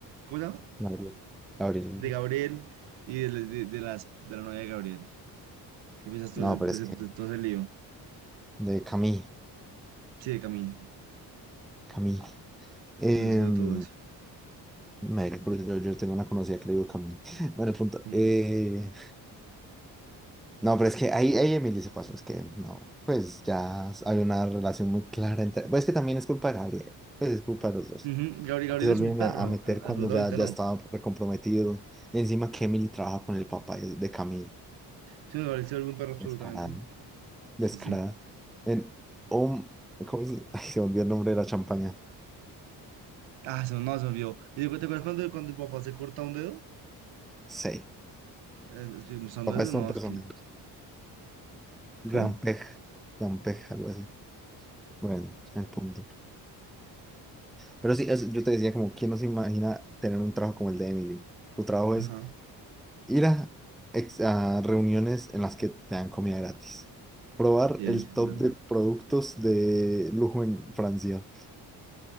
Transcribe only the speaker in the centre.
Gabriel, Gabriel, Gabriel.
No,
pero
es
que
de Camille,
Camille. Em,
me da curiosidad, yo, yo tengo una conocida que le digo Camille. <laughs> Bueno, el punto.
eh, No, pero es que ahí, ahí Emily se pasó, es que no, pues ya hay una relación muy clara entre, pues es que también es culpa de Gabriel, pues es culpa de los dos,
porque
se
volvieron
a, a meter
cuando
ya, ya
estaba recomprometido, y encima que Emily trabaja con el papá de, de Camille,
descarada, descarada,
en, oh, ¿cómo se, <laughs> ay, se volvió el nombre de la champaña?
Sí,
papá
es
todo un personaje,
gran
pej, gran pej, algo así, bueno, el punto, pero sí, es- yo te decía como, ¿quién nos imagina tener un trabajo como el de Emily? Tu trabajo es
Ir a, ex- a reuniones en las que te dan comida gratis. Probar
el
top
de productos de lujo en Francia.